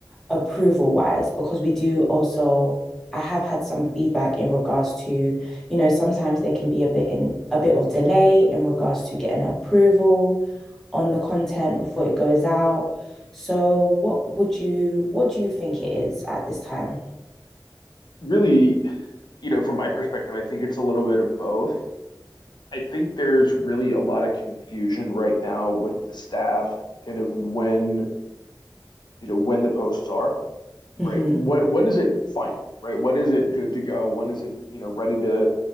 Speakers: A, in the centre; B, on the left (about 65°).
A: approval wise because we do also I have had some feedback in regards to, you know, sometimes there can be a bit in a bit of delay in regards to getting approval on the content before it goes out. So what would you what do you think it is at this time?
B: Really, you know, from my perspective, I think it's a little bit of both. I think there's really a lot of confusion right now with the staff, kind of when, you know, when the posts are,
A: Mm-hmm.
B: right? When when is it final, right? When is it good to go? When is it, you know, ready to,